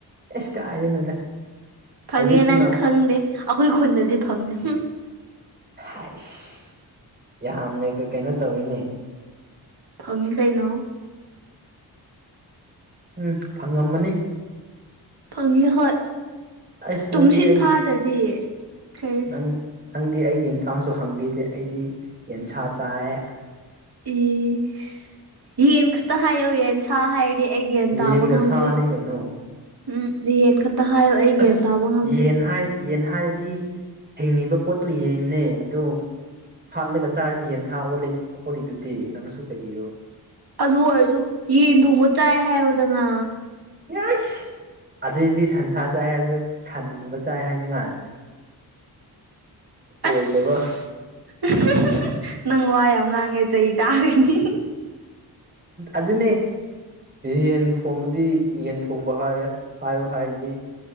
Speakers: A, on the right; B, on the right.
A: ꯑꯦꯁ ꯀꯥꯏꯗꯩꯅꯣꯗ
B: ꯐꯪꯉꯦ
A: ꯑꯌꯨꯛꯇꯨꯅ
B: ꯅꯪ ꯈꯪꯗꯦ ꯑꯩꯈꯣꯏ ꯈꯨꯟꯗꯗꯤ ꯐꯪꯉꯦ ꯍꯝ
A: ꯍꯥꯏꯁ ꯌꯥꯝꯅꯒ ꯀꯩꯅꯣ ꯇꯧꯌꯦꯅꯦ
B: ꯐꯪꯉꯤ ꯀꯩꯅꯣ
A: ꯎꯝ ꯐꯪꯉꯃꯅꯤ
B: ꯐꯪꯉꯤ ꯍꯣꯏ
A: ꯑꯁ
B: ꯇꯨꯝꯁꯤꯠ
A: ꯅꯪꯗꯤ ꯑꯩ
B: ꯐꯥꯗ꯭ꯔꯗꯤ ꯀꯔꯤ
A: ꯅꯪ ꯅꯪꯗꯤ ꯑꯩꯒꯤ ꯌꯦꯟꯁꯥꯡꯁꯨ ꯍꯪꯕꯤꯗꯦ ꯑꯩꯗꯤ ꯌꯦꯟꯁꯥ ꯆꯥꯏꯌꯦ
B: ꯏꯁ ꯌꯦꯟ ꯈꯛꯇ ꯍꯥꯏꯌꯣ ꯌꯦꯟꯁ ꯁꯥ ꯍꯥꯏꯔꯗꯤ ꯑꯩ ꯒ꯭ꯌꯥꯟ ꯇꯥꯕ
A: ꯌꯦꯟꯒ
B: ꯉꯝꯗꯦ
A: ꯁꯥꯅꯤ ꯀꯩꯅꯣ
B: ꯎꯝ ꯌꯦꯟ ꯈꯛ ꯇ ꯍꯥꯏꯌꯣ ꯑꯩ
A: ꯑꯁ
B: ꯒ꯭ꯌꯥꯟ ꯇꯥꯕ ꯉꯝꯗꯦ
A: ꯌꯦꯟ ꯍꯥꯏ ꯌꯦꯟ ꯍꯥꯏꯔꯗꯤ ꯍꯤꯡꯉꯤꯕ ꯄꯣꯠꯇꯨ ꯌꯦꯟꯅꯦ ꯑꯗꯣ ꯍꯥꯠꯂꯒ ꯆꯥꯔꯤ ꯌꯦꯟꯁ ꯑꯣꯜꯂꯤꯗꯨꯗꯤ ꯅꯪꯁꯨ ꯀꯔꯤꯔꯣ
B: ꯑꯗꯨ ꯑꯣꯏꯔꯁꯨ ꯌꯦꯟ ꯊꯣꯡꯕ ꯆꯥꯏ ꯍꯥꯏꯌꯣꯗꯅ
A: ꯌꯥꯏꯁ ꯑꯗꯣꯏꯗꯤ ꯁꯟꯁꯥ ꯆꯥꯏ ꯍꯥꯏꯕꯗꯣ ꯁꯟ ꯊꯣꯡꯕ ꯆꯥꯏ ꯍꯥꯏꯅꯤꯉꯥꯏ ꯑꯣꯏꯗꯕ
B: ꯑꯁ <unintelligible> ꯅꯪ ꯋꯥ ꯌꯥꯝ ꯉꯥꯡꯉꯦ ꯆꯩ ꯆꯥꯒꯅꯤ
A: ꯑꯗꯨꯅꯦ ꯌꯦꯟ ꯊꯣꯡꯕꯗꯤ ꯌꯦꯟ ꯊꯣꯡꯕ ꯍꯥꯏ ꯍꯥꯏꯌꯨ ꯍꯥꯏꯗꯤ